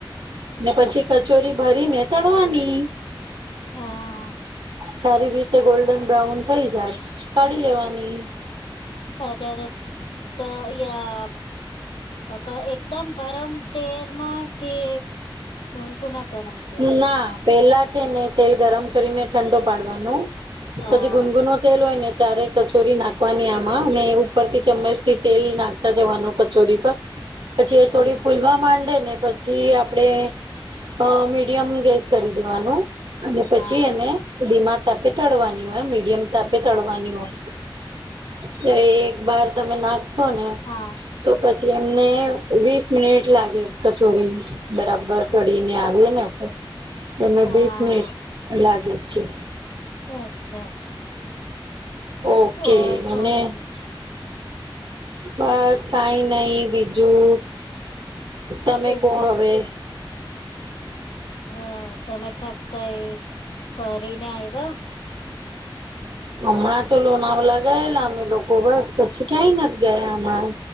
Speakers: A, on the right (about 60°); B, on the left (about 70°).
A: ને પછી કચોરી ભરીને તડવાની.
B: હાઆ.
A: સારી રીતે ગોલ્ડન બ્રાઉન થઇ જાય કાઢી લેવાની.
B: હજારોત તો યા હક એકદમ ગરમ તેલમાં કે મુનકુના કનમ તેલમાં
A: ના પેલા છે ને તેલ ગરમ કરીને ઠંડો પાડવાનો
B: હા
A: પછી ગુનગુનો તેલ ઓય ને તારે કચોરી નાખવાની આમાં અને ઉપરથી ચમચ થી તેલ નાખતા જવાનું કચોરી પર પછી
B: હા
A: એ થોડી ફૂલવા માંડે ને પછી આપણે મીડિયમ ગેસ કરી દેવાનું અને પછી
B: હા
A: એને ધીમા તાપે તળવાની હોય મીડિયમ તાપે તડવાની
B: હા
A: હોય તો એક બાર તમે નાખશો ને
B: હા
A: તો પછી એમને વીસ મિનિટ લાગે કચોરીને બરાબર તડીને આવી ને એમે
B: હા
A: બીસ મિનિટ લાગે છે.
B: અચ્છા
A: ઓકે
B: ઓર
A: મને
B: બોલો બીજું
A: બસ કાઈ નય બીજું તમે
B: બીજું
A: કો હવે
B: હ તમે કાક કઈ ફરીને આયવા
A: હમણાં તો લોનાવલા ગયેલા અમે લોકો બસ પછી ક્યાંય નથી ગયા અમણાં